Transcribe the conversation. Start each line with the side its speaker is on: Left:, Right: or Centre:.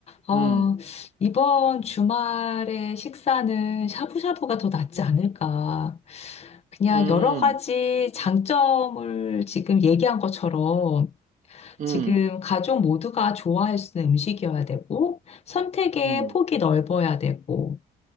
Left: 어,
Right: 음,
Left: 이번 주말에 식사는 샤브샤브가 더 낫지 않을까. 그냥
Right: 음,
Left: 여러 가지 장점을 지금 얘기한 것처럼
Right: 음,
Left: 지금 가족 모두가 좋아할 수 있는 음식이어야 되고, 선택의
Right: 음,
Left: 폭이 넓어야 되고,